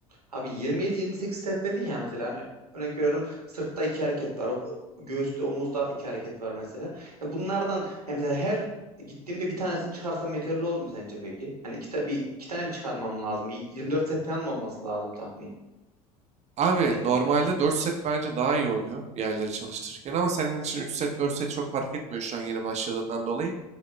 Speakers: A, on the right (about 85°); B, on the right (about 35°).
A: Abi 27-28 set dedin ya mesela hani örnek veriyorum sırtta iki hareket var. o- Göğüste, omuzda iki hareket var mesela. Yani bunlardan yani mesela her gittiğimde bir tanesini çıkarsam yeterli olur mu sence peki? Hani iki, ta- bir, iki tane mi çıkarmam lazım? Bir 24 set falan mı olması lazım tahmini?
B: Abi
A: Neyse.
B: normalde 4 set bence daha iyi oluyor bir yerleri çalıştırırken ama senin için 3 set 4 set çok fark etmiyor şu an yeni başladığından dolayı.